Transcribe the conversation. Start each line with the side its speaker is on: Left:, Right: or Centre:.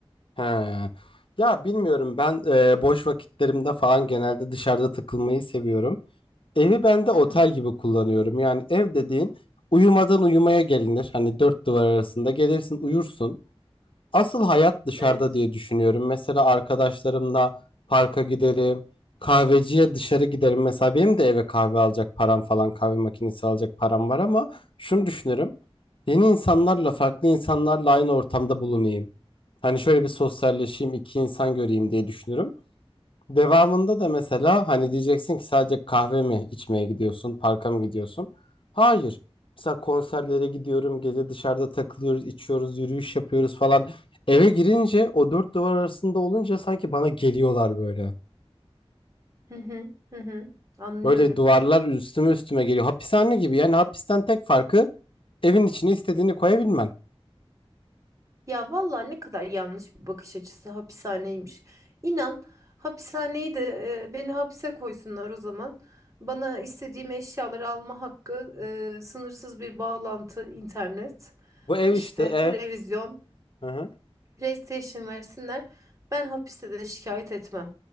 Left: He. Ya bilmiyorum ben e, boş vakitlerimde falan genelde dışarıda takılmayı seviyorum. Evi ben de
Right: Hı
Left: otel
Right: hı.
Left: gibi kullanıyorum. Yani ev dediğin uyumadan uyumaya gelinir. Hani dört duvar arasında gelirsin uyursun. Asıl hayat dışarıda
Right: Evet.
Left: diye düşünüyorum. Mesela arkadaşlarımla parka giderim, kahveciye dışarı giderim. Mesela benim de eve kahve alacak param falan, kahve makinesi alacak param var ama şunu düşünürüm. Yeni insanlarla, farklı insanlarla aynı ortamda bulunayım. Hani şöyle bir sosyalleşeyim, iki insan göreyim diye düşünürüm. Devamında da mesela hani diyeceksin ki sadece kahve mi içmeye gidiyorsun, parka mı gidiyorsun? Hayır. Mesela konserlere gidiyorum, gece dışarıda takılıyoruz, içiyoruz, yürüyüş yapıyoruz falan. Eve girince o dört duvar arasında olunca sanki bana geliyorlar böyle.
Right: Hı hı. Hı hı. Anlıyorum.
Left: Böyle duvarlar üstüme üstüme geliyor. Hapishane gibi yani hapisten tek farkı evin içine istediğini koyabilmen.
Right: Ya vallahi ne kadar yanlış bir bakış açısı hapishaneymiş. İnan hapishaneyi de e, beni hapse koysunlar o zaman. Bana istediğim eşyaları alma hakkı, e, sınırsız bir bağlantı, internet,
Left: Bu ev
Right: işte
Left: işte ev.
Right: televizyon,
Left: Hı hı.
Right: PlayStation versinler. Ben hapiste de şikayet etmem.